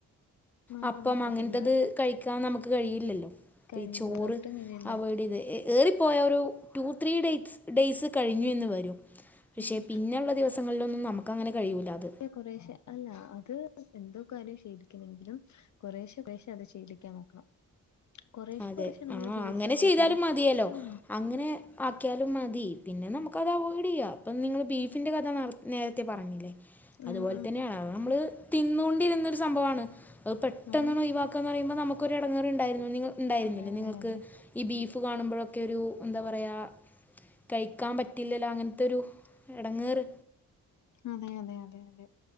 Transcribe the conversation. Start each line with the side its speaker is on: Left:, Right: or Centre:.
Left: മാറാൻ
Centre: അപ്പം
Left: പറ്റത്തില്ല
Centre: അങ്ങൻത്തത് കഴിക്കാൻ നമുക്ക് കഴിയില്ലല്ലോ, അപ്പ
Left: കഴിയില്ല
Centre: ഈ ചോറ്
Left: ഒട്ടും കഴിയില്ല
Centre: അവോയ്ഡ് ചെയ്ത് എ ഏറിപ്പോയ ഒരു ടു ത്രീ ഡേ ഡേയ്സ് കഴിഞ്ഞു എന്ന് വരും പക്ഷേ
Left: ഉം
Centre: പിന്നെള്ള ദിവസങ്ങളിലൊന്നും നമുക്കങ്ങനെ കഴിയൂല്ല അത്
Left: കൊറെശ്ശെ അല്ല അത് എന്തോ കാര്യം ശേലിക്കുന്നെങ്കിലും കൊറേശ്ശെ കൊറേശ്ശെ അത് ശീലിക്കാൻ നോക്കണം കൊറേശ്ശെ
Centre: അതെ
Left: കൊറേശ്ശെ നമ്മളത്
Centre: ആഹ്
Left: യൂസ്
Centre: അങ്ങനെ
Left: ചെയ്യുമ്പഴത്തേനും
Centre: ചെയ്താലും മതിയല്ലോ
Left: ആഹ്
Centre: അങ്ങനെ ആക്കിയാലും മതി പിന്നെ നമുക്ക്ത് അവോയ്ഡ് യ്യാം അപ്പ നിങ്ങള് ബീഫിന്റെ കഥ നേരത്തെ പറഞ്ഞില്ലേ അതുപോലെ
Left: ആഹ്
Centre: തന്നെയാണ് നമ്മള് തിന്നോണ്ടിരുന്നൊരു സംഭവാണ് അത് പെട്ടെന്നണ്ട്
Left: ആഹ്
Centre: ഒയ് വാക് ക്കാന്നറിമ്പനമ്മക്കൊരെടങ്ങറണ്ടായിര്ന്ന് ഉണ്ടായിരുന്നില്ലേ
Left: ആഹ് അതെ അതെ
Centre: നിങ്ങൾക്ക്
Left: അതെ
Centre: ഈ ബീഫ് കാണുമ്പഴൊക്കെ ഒരു എന്താ പറയാ കഴിക്കാൻ പറ്റില്ലല്ലോ അങ്ങൻത്തൊരു എടങ്ങേറ്
Left: അതെ അതെ അതെ അതെ